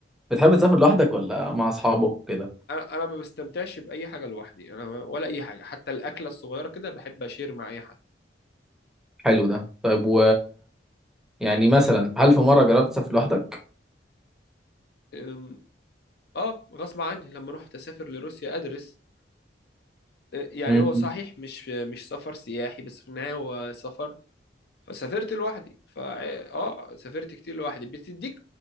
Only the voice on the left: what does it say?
انا انا ما بستمتعش باي حاجه لوحدي انا ولا اي حاجه حتى الاكله الصغيره كده بحب اشير مع اي حد
أم، اه غصب عني لما رحت اسافر لروسيا ادرس أه، يعني
هو صحيح
مش مش سفر سياحي بس في النهايه هو سفر فسافرت لوحدي فا اه سافرت كتير لوحدي بتديك